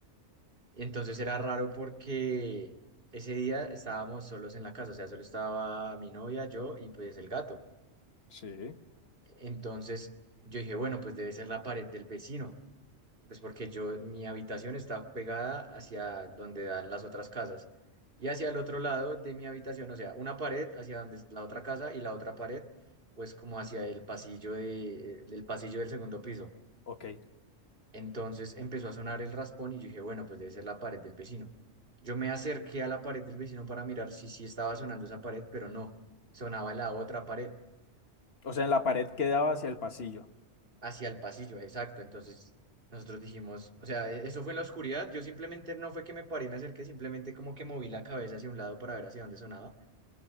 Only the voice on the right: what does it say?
Y entonces era raro porque ese día estábamos solos en la casa, o sea, solo estaba mi novia, yo y pues el gato.
Entonces yo dije, bueno, pues debe ser la pared del vecino. Pues porque yo, mi habitación está pegada hacia donde dan las otras casas. Y hacia el otro lado de mi habitación, o sea, una pared hacia donde es la otra casa y la otra pared, pues como hacia el pasillo de, eh, el pasillo del segundo piso.
Entonces empezó a sonar el raspón y yo dije, bueno, pues debe ser la pared del vecino. Yo me acerqué a la pared del vecino para mirar si sí estaba sonando esa pared, pero no, sonaba la otra pared.
hacia el pasillo, exacto. Entonces nosotros dijimos, o sea, e- eso fue en la oscuridad. Yo simplemente no fue que me paré, me acerqué, simplemente como que moví la cabeza hacia un lado para ver hacia dónde sonaba.